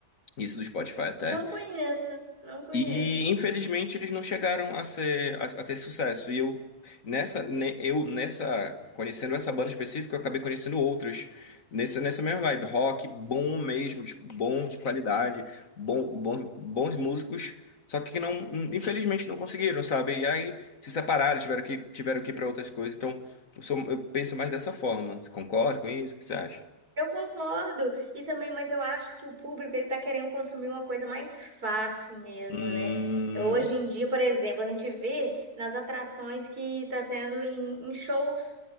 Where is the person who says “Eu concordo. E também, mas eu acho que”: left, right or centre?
Right